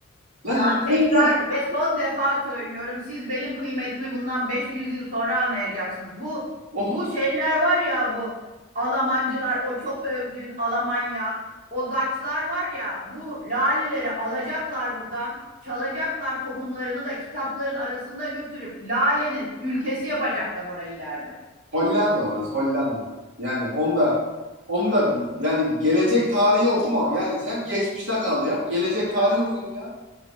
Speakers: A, on the right; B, on the right.
A: Ya
B: Lan lale
A: tekrar
B: ne?
A: ve son defa söylüyorum. Siz benim kıymetimi bundan 500 yıl sonra anlayacaksınız. Bu
B: Oh
A: bu şeyler var ya bu Almancılar, o çok övdüğün Almanya, o Daçlar var ya bu laleleri alacaklar buradan, çalacaklar tohumlarını da kitapların arasında götürüp lalenin ülkesi yapacaklar orayı ileride.
B: Hollanda orası Hollanda. Yani onu da onu da yani gelecek tarihi okuma. Yani sen geçmişte kal ya. Gelecek tarihi okun ya.